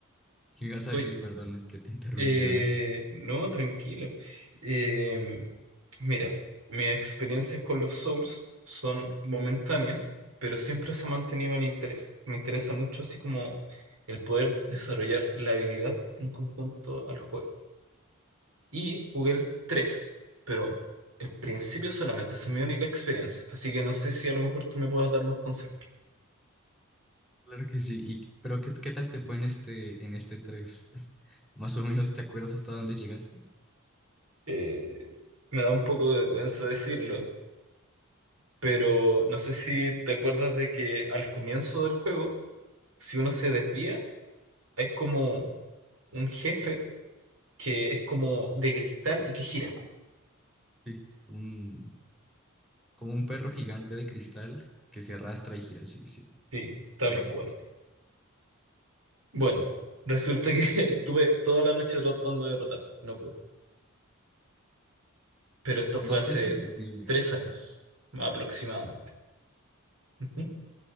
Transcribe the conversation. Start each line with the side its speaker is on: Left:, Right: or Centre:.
Centre: ¿Qué me ibas a
Right: Oye,
Centre: decir? Perdona, que te interrumpí
Right: eh,
Centre: ahora sí.
Right: no, tranquilo. Em, Mira, mis experiencias con los Souls son momentáneas, pero siempre se ha mantenido el interés. Me interesa mucho así como el poder desarrollar la habilidad en conjunto al juego. Y jugué el 3, pero el principio solamente, esa es mi única experiencia, así que no sé si a lo mejor tú me puedas dar más consejos.
Centre: Claro que sí. Y, pero ¿qué, qué tal te fue en este, en este tres <laughs> Más o menos, ¿te acuerdas hasta dónde llegaste?
Right: Eh, me da un poco de vergüenza decirlo, pero no sé si te acuerdas de que al comienzo del juego, si uno se desvía, hay como un jefe que es como de cristal y que gira.
Centre: Sí, un, como un perro gigante de cristal que se arrastra y gira, sí, sí,
Right: Sí, tal
Centre: claro.
Right: cual. Bueno, resulta que <laughs> estuve toda la noche tratando de derrotarlo, no pude. Pero esto
Centre: No,
Right: fue hace
Centre: pero es entendible.
Right: tres años, aproximadamente. Ujú.